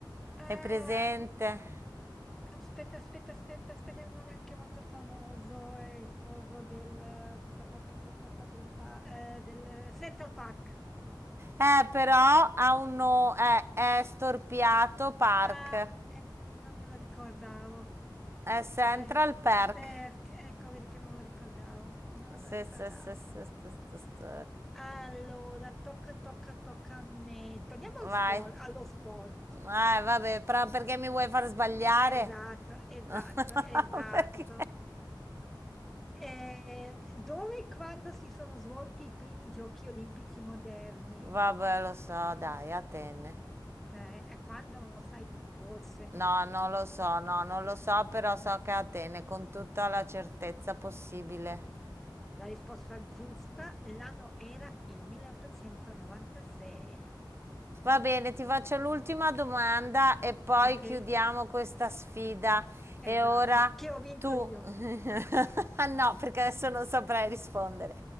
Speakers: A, in the centre; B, on the right.
A: Eh,
B: È presente?
A: aspetta, aspetta, aspetta, aspetta, è un nome anche molto famoso, è il coso del, pa- pa- pa- pa- pa- pa- del, pa- eh, del Central Park.
B: Eh, però ha un no, eh, è storpiato Park.
A: Ah, eh, non me lo ricordavo.
B: È Central
A: Eh,
B: Park.
A: perché? Ecco, vedi che non me lo ricordavo. Non me
B: Sì,
A: lo ricordavo.
B: sì, sì, sì, sì, sì, sì.
A: Allora, tocca, tocca, tocca a me. Torniamo allo
B: Vai.
A: sport. Allo sport.
B: Eh, vabbè, però perché mi vuoi far sbagliare?
A: Esatto, esatto,
B: No,
A: esatto.
B: <laughs> Perché?
A: Eh, dove e quando si sono svolti i primi giochi olimpici moderni?
B: Vabbè, lo so, dai, Atene.
A: Eh, e quando non lo sai, forse.
B: No, non lo so, no, non lo so, però so che è Atene con tutta la certezza possibile.
A: La risposta giusta, l'anno era il 1896.
B: Va bene, ti faccio l'ultima domanda e poi
A: Ok,
B: chiudiamo questa sfida.
A: esatto,
B: E ora
A: che ho vinto
B: tu,
A: io.
B: <laughs> Ah, no, perché adesso non saprei rispondere.